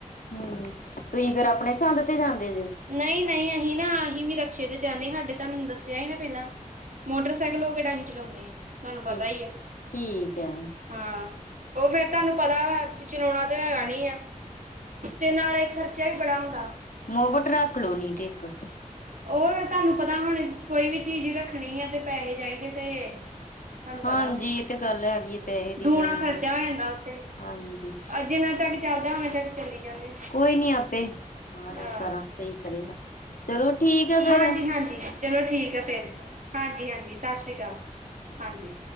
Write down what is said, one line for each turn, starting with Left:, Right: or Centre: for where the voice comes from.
Left: ਹੂੰ। ਤੁਹੀ ਫੇਰ ਆਪਣੇ ਸੰਦ ਤੇ ਜਾਂਦੇ ਜੇ?
Right: ਨਈ-ਨਈ ਅਹੀਂ ਨਾ ਅਹੀਂ ਵੀ ਰਕਸ਼ੇ ਤੇ ਜਾਂਨੇ, ਸਾਡੇ ਤਾਨੂੰ ਦੱਸਿਆ ਹੀ ਨਾ ਪੈਲਾਂ ਮੋਟਰਸਾਈਕਲ ਹੋ ਕਿੱਡਾ ਅਹੀ ਚਲਾਉਨੇ। ਤਾਨੂੰ ਪਤਾ
Left: ਠੀਕ।
Right: ਈ ਏ,
Left: ਠੀਕ ਹੈ
Right: ਹਾਂ। ਉਹ ਫੇਰ ਤਾਨੂੰ ਪਤਾ ਵਾ ਚਲਾਉਣਾ ਤੇ ਹੈ ਨੀ ਆ, ਤੇ ਨਾਲੇ ਖਰਚਾ ਵੀ ਬੜਾ ਹੁੰਦਾ।
Left: ਰੋਬਟ ਰੱਖ ਲੋ ਨਈ ਤੇ ਇੱਕ।
Right: ਓ ਤੇ ਤਾਨੂੰ ਪਤਾ ਹੁਣ ਕੋਈ ਵੀ ਚੀਜ਼ ਰੱਖਣੀ ਏ ਤੇ ਪੈਹੇ ਚਾਹੀਦੇ ਤੇ ਤੁਹਾਨੂੰ ਪਤਾ
Left: ਹਾਂਜੀ,
Right: ਫਿਰ
Left: ਏ ਤੇ ਗੱਲ ਹੈਗੀ ਏ, ਪੈਹੇ ਦੀ
Right: ਦੂਣਾ
Left: ਗੱਲ।
Right: ਖਰਚਾ ਹੋ ਜਾਂਦਾ ਉੱਤੇ
Left: ਹਾਂਜੀ,
Right: ਅ ਜਿੰਨਾ ਚੱਕ ਚੱਲਦਾ ਓਨਾ ਚੱਕ ਚੱਲੀ ਜਾਂਦੇ
Left: ਕੋਈ ਨੀ ਆਪੇ ਮਾਰਾਜ
Right: ਆਹ
Left: ਸਾਰਾ ਸਈ ਕਰੇਗਾ, ਚਲੋ ਠੀਕ ਹੈ ਫੇਰ।
Right: ਹਾਂਜੀ-ਹਾਂਜੀ, ਚਲੋ ਠੀਕ ਐ ਫੇਰ ਹਾਂਜੀ-ਹਾਂਜੀ, ਸਤਿ ਸ੍ਰੀ ਅਕਾਲ। ਹਾਂਜੀ।